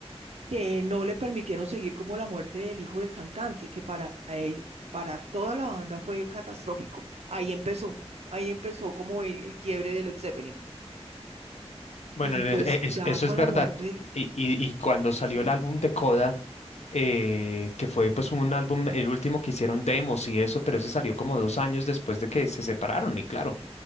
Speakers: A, on the right; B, on the left.
A: que no le permitieron seguir como la muerte del hijo del cantante, que para él, para toda la banda fue catastrófico. Ahí empezó, ahí empezó como el, el quiebre del Led Zeppelin.
B: Bueno,
A: Y
B: e-
A: pues
B: e- es-
A: ya
B: eso
A: con
B: es verdad.
A: la muerte del...
B: Y, y- y cuando salió
A: Sí,
B: el álbum de Coda, eh, que fue pues un álbum, el último que hicieron demos y eso, pero ese salió como dos años después de que se separaron. Y claro,